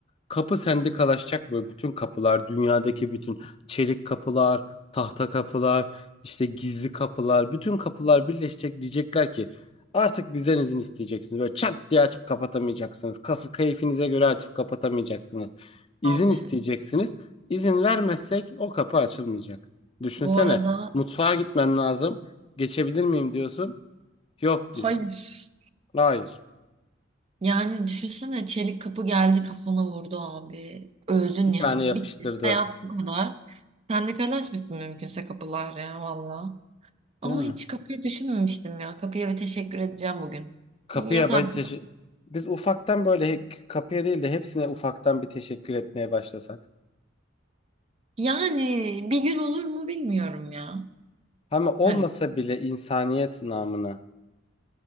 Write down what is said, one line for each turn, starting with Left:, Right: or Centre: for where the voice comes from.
Left: Kapı sendikalaşacak böyle bütün kapılar, dünyadaki bütün çelik kapılar, tahta kapılar, işte gizli kapılar, bütün kapılar birleşecek diyecekler ki artık bizden izin isteyeceksiniz. Böyle çat diye açıp kapatamayacaksınız. Kafı keyfinize göre açıp kapatamayacaksınız. İzin
Right: Abi
Left: isteyeceksiniz. İzin vermezsek o kapı açılmayacak. Düşünsene
Right: bu arada
Left: mutfağa gitmen lazım. Geçebilir miyim diyorsun. Yok diyor.
Right: hayır.
Left: Hayır.
Right: Yani düşünsene çelik kapı geldi kafana vurdu abi. Öldün
Left: Bir
Right: yani.
Left: tane yapıştırdı.
Right: Bitti. Hayat bu kadar. Sen de kaynaşmışsın mümkünse kapılar ya valla. Ama
Left: Değil mi?
Right: hiç kapıyı düşünmemiştim ya. Kapıya bir teşekkür edeceğim bugün.
Left: Kapıya
Right: Bir yatarken.
Left: böyle teşe- biz ufaktan böyle he- kapıya değil de hepsine ufaktan bir teşekkür etmeye başlasak.
Right: Yani bir gün olur mu bilmiyorum ya.
Left: Ama olmasa
Right: Hani
Left: bile insaniyet namına.